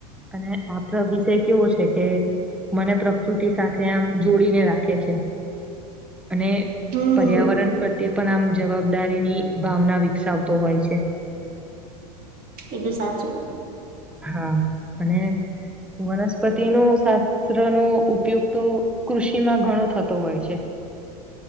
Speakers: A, in the centre; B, on the right (about 45°).
A: અને આપો વિષય કેવો છે કે. મને પ્રકૃતિ સાથે આમ જોડીને રાખે છે. અને
B: હમ
A: પર્યાવરણ પ્રત્યે. પણ આમ જવાબદારી ની ભાવના વિકસાવતો હોય છે.
B: એધું સાચું.
A: હા અને વનસ્પતિ નો શાસ્ત્ર નો ઉપયોગ તો. કૃષિમાં ઘણો થતો હોય છે.